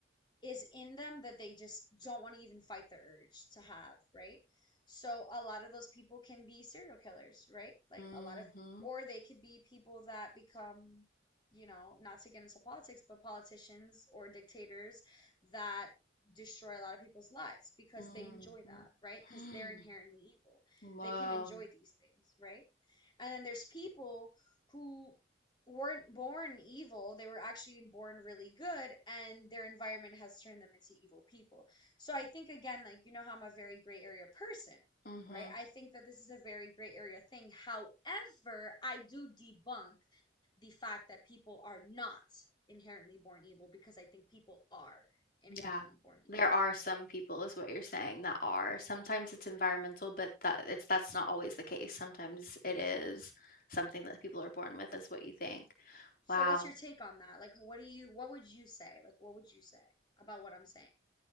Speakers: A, on the left; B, on the left.
A: is in them that they just don't want to even fight the urge to have, right? So a lot of those people can be serial killers, right? Like
B: Mm-hmm.
A: a lot of, or they could be people that become, you know, not to get into politics, but politicians or dictators that destroy a lot of people's lives because
B: Mm-hmm.
A: they enjoy that, right? Because they're inherently
B: <gasps>
A: evil.
B: Wow.
A: They can enjoy these things, right? And then there's people who weren't born evil they were actually born really good and their environment has turned them into evil people so i think again like you know how i'm a very gray area person
B: Mhm.
A: right i think that this is a very gray area thing however i do debunk the fact that people are not inherently born evil because i think people are inherently
B: Yeah.
A: born evil
B: There are some people, is what you're saying, that are. Sometimes it's environmental, but that it's that's not always the case. Sometimes it is something that people are born with, is what you think.
A: so
B: Wow.
A: what's your take on that like what do you what would you say like what would you say about what i'm saying